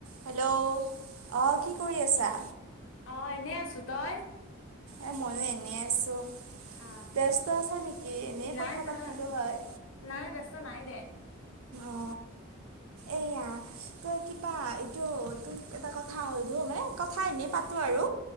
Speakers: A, on the right; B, on the left.
A: হেল্ল' অ কি কৰি আছা
B: অ এনেই আছো তই
A: এ ময়ো এনে আছো
B: অ
A: ব্যস্ত আছা নিকি এনেই
B: নাই
A: কথা পাতিলো
B: নাই
A: হয়
B: নাই ব্যস্ত নাই দে
A: অ এই তই কিবা এইটো তোক এটা কথা সোধোঁ মানে কথা এনেই পাতোঁ আৰু